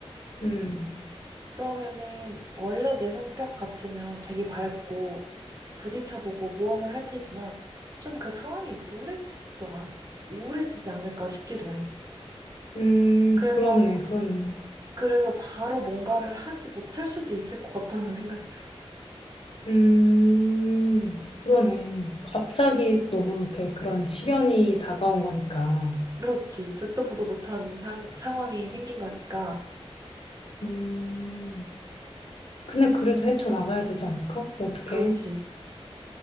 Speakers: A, on the left; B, on the right.
A: 음,
B: 그러면은 원래 내 성격 같으면 되게 밝고, 부딪혀보고 모험을 할 테지만, 좀 그 상황이 우울해지지도 않, 우울해지지 않을까 싶기도 해.
A: 음,
B: 그래서,
A: 그렇네, 그렇네.
B: 그래서 바로 뭔가를 하지 못할 수도 있을 것 같다는 <laughs> 생각이 들어.
A: 음, 그러네. 갑자기 너무 이렇게 그런 시련이 다가온 거니까.
B: 그렇지. 듣도 보도 못한 상, 상황이 생긴 거니까.
A: 음, 근데 그래도 헤쳐나가야 되지 않을까? 어떻게?
B: 그렇지.